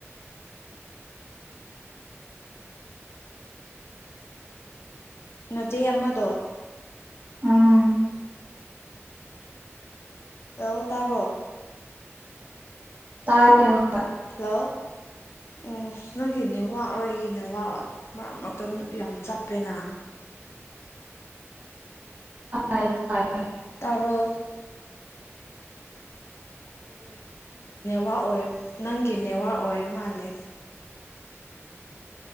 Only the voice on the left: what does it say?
ꯅꯆꯦ ꯑꯃꯗꯣ
ꯇꯧ ꯇꯥꯕ꯭ꯔꯣ
ꯍꯜꯂꯣ ꯎꯁ ꯅꯪꯒꯤ ꯅꯦꯋꯥꯛ ꯔꯥ ꯑꯩꯒꯤ ꯅꯦꯋꯥꯛ ꯑꯥ ꯃꯔꯛ ꯃꯔꯛ ꯑꯃꯨꯛ ꯌꯥꯝ ꯆꯞꯄꯦꯅ
ꯇꯥꯕ꯭ꯔꯣ ꯋꯥꯛ ꯑꯣꯏ ꯅꯪꯒꯤ ꯅꯦꯋꯥꯛ ꯑꯣꯏꯔ ꯃꯥꯜꯂꯦ